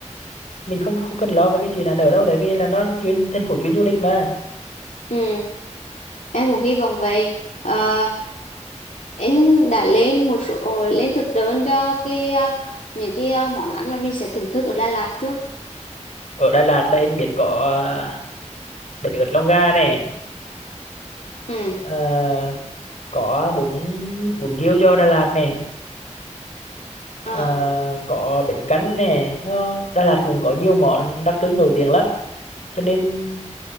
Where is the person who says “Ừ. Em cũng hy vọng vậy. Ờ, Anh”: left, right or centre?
Left